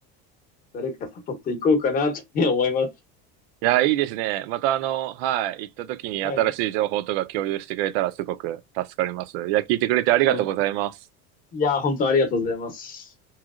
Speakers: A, on the left (about 25°); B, on the right (about 65°).
A: 誰か誘っていこうかなって思います。
B: いや、いいですね。またあの、はい、行った時に新しい情報とか共有してくれたらすごく助かります。
A: はい。
B: いや、聞いてくれてありがとうございます。
A: いや、本当に。いや、本当ありがとうございます。